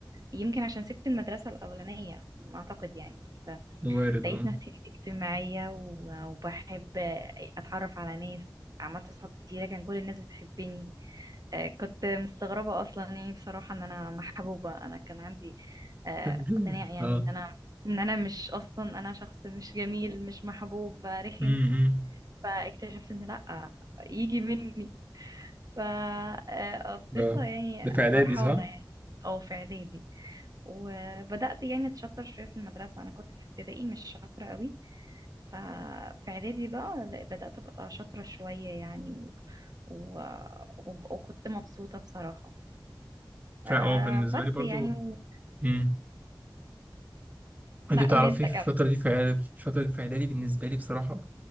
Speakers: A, on the right (about 50°); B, on the right (about 20°).
A: يمكن عشان سبت المدرسة الأولانية أعتقد يعني بس
B: وارد
A: لقيت
B: اه
A: نفسي اجتماعية و- وبحب أتعرف على ناس عملت أصحاب كتيرة كان كل الناس بتحبني آه، كنت مستغربة أصلا يعني بصراحة إن أنا محبوبة أنا كان عندي آه،
B: <laughs>
A: اقتناع يعني
B: اه
A: إن أنا إن أنا مش أصلا أنا شخص مش جميل مش محبوب رخم
B: امم
A: فاكتشفت إن لأ يجي مني فقضيتها
B: اه
A: يعني
B: ده في إعدادي
A: فرحانة
B: صح؟
A: يعني أو في إعدادي وبدأت يعني اتشطر شوية في المدرسة انا كنت في ابتدائي مش شاطرة قوي ففي اعدادي بقى لا، بدأت ابقى شاطرة شوية يعني و... و... وب- وكنت مبسوطة بصراحة
B: فا
A: آه
B: اه بالنسبة
A: بس
B: لي برضو
A: يعني و...
B: مم. انت
A: لا
B: تعرفي
A: قول انت كمان
B: في الفترة دي في إعداد- في الفترة دي في إعدادي بالنسبة لي بصراحة